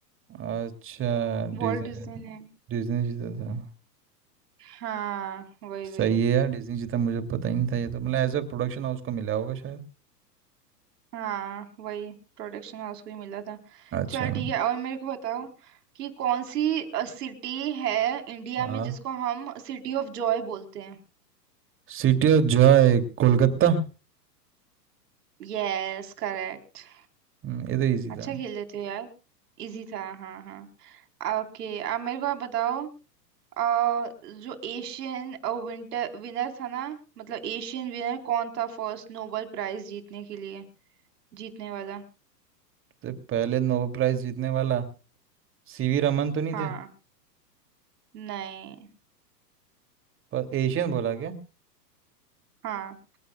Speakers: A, on the right (about 25°); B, on the right (about 70°).
A: अच्छा
B: Walt
A: डिज्नी
B: Disney ने
A: डिज्नी जीता था
B: हाँ वही
A: सही
B: वही
A: है यार डिज्नी जीता मुझे पता ही नहीं था ये तो मतलब एज अ प्रोडक्शन हाउस को मिला होगा शायद
B: हाँ वही प्रोडक्शन हाउस को ही मिला था
A: अच्छा
B: चल ठीक है और मेरे को बताओ कि कौन सी सिटी है इंडिया
A: हाँ
B: में जिसको हम सिटी ऑफ जॉय बोलते हैं
A: City of joy Kolkata
B: Yes correct
A: हम्म, ये तो इजी
B: अच्छा
A: था
B: खेल लेते हो यार इजी था हाँ हाँ ओके अब मेरे को आप बताओ अ, जो एशियन विंटर विनर था ना मतलब एशियन विनर कौन था फर्स्ट नोबेल प्राइज जीतने के लिए जीतने वाला
A: तो पहले नोबेल प्राइज जीतने वाला सीवी रमन तो नहीं
B: हाँ
A: थे
B: नहीं
A: पर एशियन बोला क्या
B: हाँ